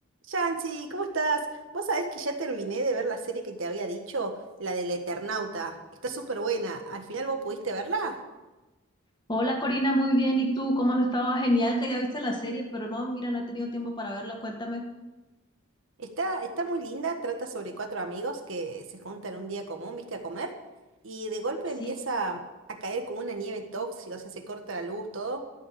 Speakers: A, on the right (about 70°); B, on the left (about 20°).
A: Yancy, ¿cómo estás? Vos sabés que ya terminé de ver la serie que te había dicho, la del Eternauta. Está súper buena. ¿Al final vos pudiste verla?
B: Hola Corina, muy bien. ¿Y tú cómo has estado? Genial que ya viste la serie, pero no, mira, no he tenido tiempo para verla. Cuéntame.
A: Está, está muy linda, trata sobre cuatro amigos que se juntan un día común, viste, a comer, y de golpe
B: Sí,
A: empieza a caer como una nieve tóxica, o sea, se corta la luz, todo,